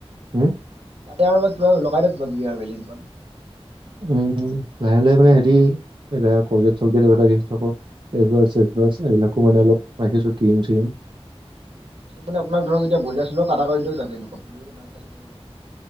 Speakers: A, on the right (about 50°); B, on the right (about 75°).
A: উম।
B: তাতে আৰু কিবা লগাই দিয়ক কিবা কিবি আৰু বেলেগ দোকান
A: উম লাহে লাহে মানে হেৰি এতি কলগেট চলগেট <unintelligible> <unintelligible> এইবিলাকো মানে অলপ ৰ্কিম চিম
B: মানে আপোন ধৰক এতিয়া বইলাৰ চৈলাৰ কটা কৰি দিয়ক তাতে <unintelligible>